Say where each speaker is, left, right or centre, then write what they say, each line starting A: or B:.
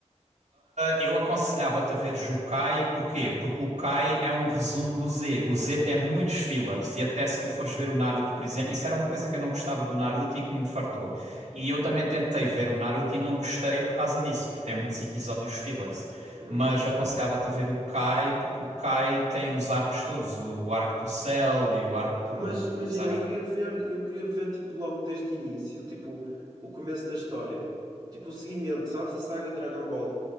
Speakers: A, on the right; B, on the right.
A: Eu aconselhava-te a veres o Kai, porquê? Porque o Kai é um resumo do Z. O Z tem muitos fillers, e até se tu fores ver o Naruto, por exemplo, isso era uma coisa que eu não gostava do Naruto e que me fartou. E eu também tentei ver o Naruto e não gostei por causa disso, porque tem muitos episódios fillers.
B: Hum,
A: Mas aconselhava-te a ver o Kai, porque o Kai tem os arcos todos, o, o arco do Cell e o arco do.
B: mas imagina,
A: Sabes?
B: eu queria ver, eu queria ver tipo logo desde o início, tipo o começo da história. Tipo o seguimento, sabes? A saga Dragon Ball.